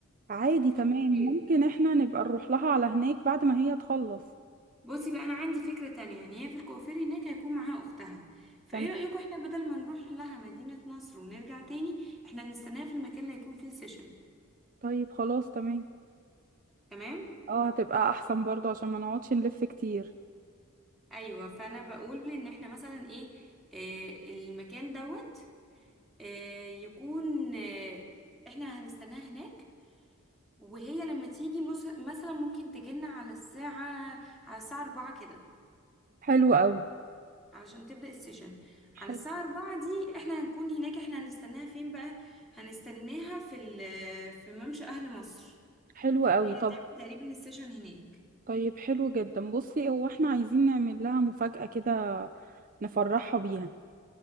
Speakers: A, on the right; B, in the centre.
A: عادي
B: في
A: تمام
B: الكوافير
A: ممكن احنا نبقى نروح لها على هناك بعد ما هي تخلص
B: بصي بقى أنا عندي فكرة تانية يعني هي في الكوافير هناك هيكون معاها أختها فإيه
A: تمام
B: رأيكم احنا بدل ما نروح لها مدينة نصر ونرجع تاني احنا نستناها في المكان اللي هيكون فيه السيشن
A: طيب خلاص تمام
B: تمام؟
A: اه هتبقى أحسن برضه عشان ما نقعدش نلف كتير
B: أيوة فأنا بقول إن احنا مثلا إيه آه المكان دوت آه يكون آه احنا هنستناها هناك وهي لما تيجي مس- مثلا ممكن تجينا على الساعة على الساعة أربعة كده
A: حلو قوي
B: علشان تبدأ السيشن على
A: حلو
B: الساعة أربعة دي احنا هنكون هناك احنا هنستناها فين بقى هنستناها في ال- في ممشى أهل مصر
A: حلو قوي
B: هي هتعمل
A: طب
B: تقريبا السيشن هناك
A: طيب حلو جدا بصي هو احنا عايزين نعمل لها مفاجأة كده نفرحها بيها